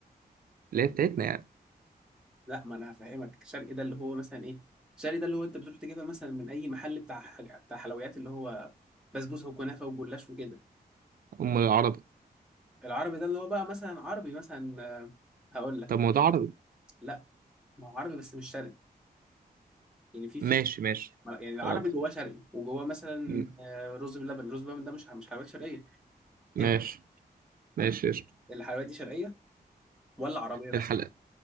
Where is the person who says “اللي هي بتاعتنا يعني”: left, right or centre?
Right